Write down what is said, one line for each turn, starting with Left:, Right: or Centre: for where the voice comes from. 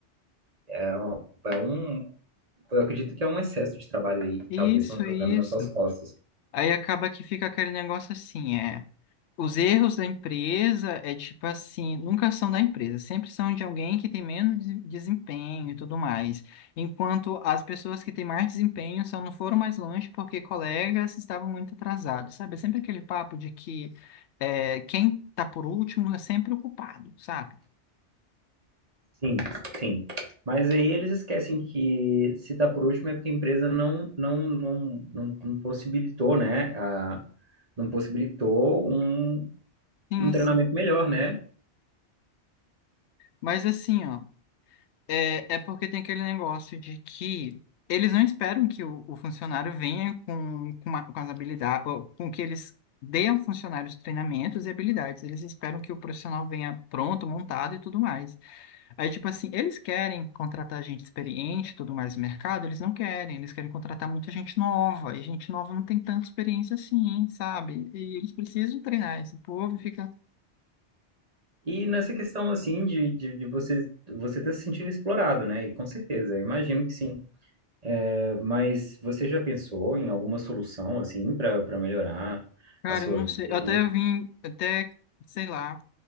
Right: É, um, é um- eu acredito que é um excesso de trabalho aí que
Left: Isso,
Right: talvez estão jogando
Left: isso.
Right: nas suas costas.
Left: Aí acaba que fica aquele negócio assim, é. Os erros da empresa é tipo assim, nunca são da empresa, sempre são de alguém que tem menos des- desempenho e tudo mais. Enquanto as pessoas que têm mais desempenho só não foram mais longe porque colegas estavam muito atrasados, sabe? É Sempre aquele papo de que é, quem tá por último é sempre o culpado, sabe?
Right: Sim, sim. Mas aí eles esquecem que se tá por último é porque a empresa não não não, não, não possibilitou, né? A, não possibilitou um,
Left: Sim,
Right: um treinamento
Left: sim.
Right: melhor, né?
Left: Mas assim, ó. É, é porque tem aquele negócio de que eles não esperam que o, o funcionário venha com, com, uma- com as habilidades, com que eles deem ao funcionário os treinamentos e habilidades. Eles esperam que o profissional venha pronto, montado e tudo mais. Aí, tipo assim, eles querem contratar gente experiente e tudo mais no mercado, eles não querem. Eles querem contratar muita gente nova, e gente nova não tem tanta experiência assim, sabe? E eles precisam treinar esse povo e fica.
Right: E nessa questão assim de, de, de você você tá se sentindo explorado, né? E com certeza, eu imagino que sim. É, Mas você já pensou em alguma solução assim para para melhorar
Left: Cara,
Right: a sua
Left: eu não
Right: vida?
Left: sei.
Right: hein?
Left: Eu até vim, até, sei lá.